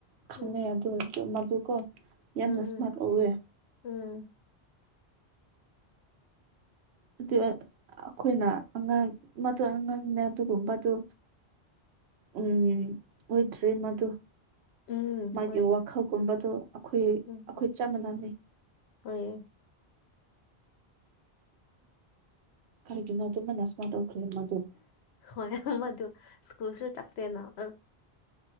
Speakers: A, on the right; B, on the left.
A: ꯈꯪꯅꯩ
B: ꯎꯝ
A: ꯑꯗꯨ ꯑꯣꯏꯖꯨ ꯃꯗꯨꯀꯣ ꯌꯥꯝꯅ
B: ꯎꯝ
A: ꯏ꯭ꯁꯃꯥꯔꯠ
B: ꯎꯝ
A: ꯑꯣꯏꯋꯦ
B: ꯎꯝ
A: <inaudible> ꯑꯩꯈꯣꯏꯅ ꯑꯉꯥꯡ ꯃꯗꯨ ꯑꯉꯥꯡꯅꯦ ꯑꯗꯨꯒꯨꯝꯕꯗꯨ ꯎꯝ ꯑꯣꯏꯗꯊ꯭ꯔꯤ ꯃꯗꯨ
B: ꯎꯝ
A: ꯃꯥꯒꯤ
B: ꯍꯣꯏ
A: ꯋꯥꯈꯜꯒꯨꯝꯕꯗꯣ ꯑꯩꯈꯣꯏ
B: ꯎꯝ
A: ꯑꯩꯈꯣꯏ ꯆꯞ ꯃꯥꯟꯅꯩ
B: <inaudible>
A: ꯀꯔꯤꯅ ꯑꯗꯨ ꯃꯟꯅꯁꯃꯧꯔ ꯑ ꯑꯗꯨꯣ
B: ꯃꯌꯥꯝ ꯑꯗꯨ ꯁ꯭ꯀꯨꯜꯁꯨ ꯆꯥꯛꯇꯦꯅ ꯑ